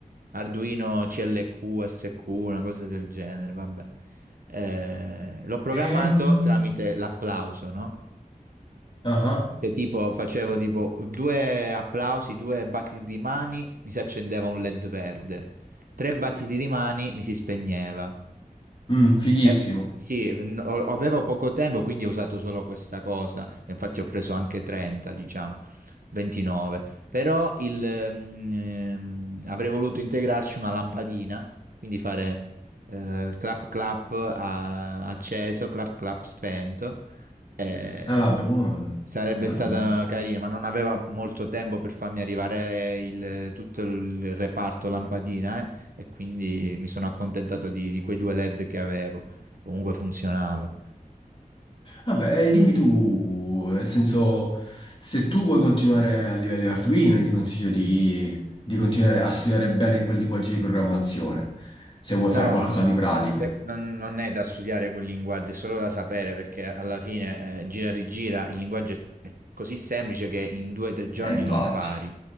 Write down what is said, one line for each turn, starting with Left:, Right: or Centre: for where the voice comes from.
Right: Arduino CLQ, SQ, una cosa del genere, vabbè. Eh, l'ho programmato
Left: Ehm...
Right: tramite l'applauso, no?
Left: ah ah.
Right: Che tipo facevo tipo due applausi, due battiti di mani, mi si accendeva un LED verde. Tre battiti di mani, mi si spegneva.
Left: Mm, fighissimo.
Right: Eh, sì, n- o- avevo poco tempo, quindi ho usato solo questa cosa. e Infatti ho preso anche 30, diciamo, 29. Però il, ehm, ehm, avrei voluto integrarci una lampadina, quindi fare eh, clap clap a- acceso, clap clap spento. Eh,
Left: Ah, buono.
Right: sarebbe
Left: Ma
Right: stata
Left: buono.
Right: carina, ma non aveva molto tempo per farmi arrivare il- tutto il reparto lampadina, eh, e quindi mi sono accontentato di, di quei due LED che avevo. Comunque funzionava.
Left: Vabbè, eh, dimmi tu, nel senso, se tu vuoi continuare a livello di Arduino, io ti consiglio di, di continuare a studiare bene quel linguaggio di programmazione, se vuoi
Right: No,
Left: fare qualcosa
Right: no,
Left: di pratico.
Right: ma se- non, non è da studiare quel linguaggio, è solo da sapere perché alla fine eh, gira e rigira il linguaggio è, è così semplice che in due o tre giorni
Left: E infatti,
Right: lo impari.